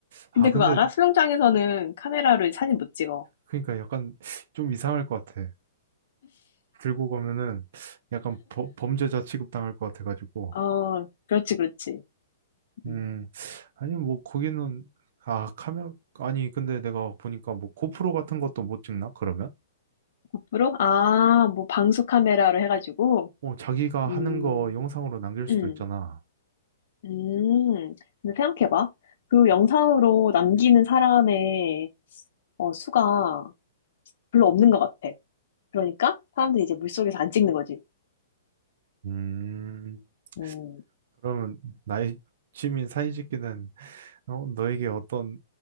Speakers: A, on the right; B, on the left.
A: 아,
B: 근데
A: 근데,
B: 그거 알아? 수영장에서는 카메라로 사진 못 찍어.
A: 그러니까 약간 좀 이상할 것 같아. 들고 가면은 약간 범- 범죄자 취급당할 것 같아가지고.
B: 어, 그렇지, 그렇지.
A: 음,
B: 음.
A: 아니, 뭐, 거기는, 아, 카메라, 아니, 근데 내가 보니까 뭐, 고프로 같은 것도 못 찍나, 그러면?
B: 고프로? 아, 뭐 방수 카메라로 해가지고.
A: 어, 자기가
B: 음,
A: 하는 거 영상으로 남길 수도
B: 음,
A: 있잖아.
B: 음. 근데 생각해봐. 그 영상으로 남기는 사람의 어, 수가 별로 없는 것 같아. 그러니까 사람들이 이제 물속에서 안 찍는 거지.
A: 음,
B: 음,
A: 그러면 나의 취미 사진 찍기는, 어, 너에게 어떤